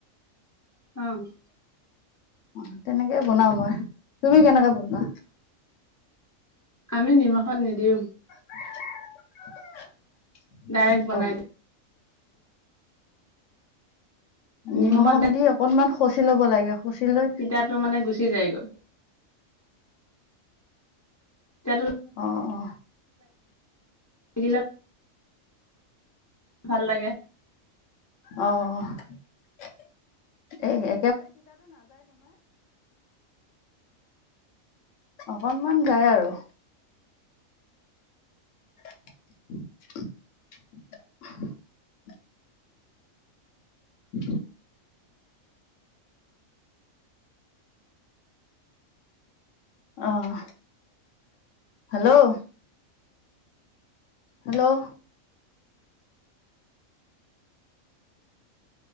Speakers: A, on the left; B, on the left.
A: আহ
B: অ তেনেকে বনাও মই তুমি কেনেকে বনোৱা
A: আমি নিমখত নিদিওঁ
B: <unintelligible>
A: ডাইৰেক্ট বনাই
B: অ
A: দিওঁ নিমখত
B: নিমখ দি অকনমান খচি ল'ব লাগে খচি লৈ
A: তিতটো মানে গুচি যায় গ'ল তিতাটো
B: আহ অ
A: <unintelligible> ভাল লাগে
B: আহ <unintelligible> অকনমান যায় আৰু <unintelligible> উ আহ hello hello